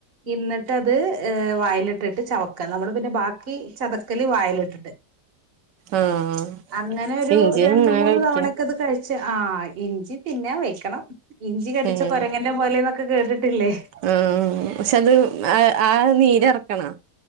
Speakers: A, on the right (about 35°); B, on the right (about 85°).
A: ഇന്നട്ട് അത് ഏഹ് വായലിട്ടിട്ട് ചവക്ക. നമ്മള് പിന്നെ ബാക്കി ചതക്കല് വായലിട്ടിട്ട്
B: ആഹ്
A: അങ്ങനൊരു
B: ഇഞ്ചി
A: രണ്ടുമൂന്ന്
B: ഇങ്ങനെ കഴിക്ക
A: തവണക്കെത് കഴിച്ചാ ആഹ് ഇഞ്ചി തിന്നാവെക്കണം. ഇഞ്ചി കടിച്ച
B: ഉം
A: കൊരങ്ങൻ്റെ പോലെന്നൊക്ക കേട്ടിട്ടില്ലേ
B: ആഹ് ശെത് ആ ആ നീരെറക്കണാ?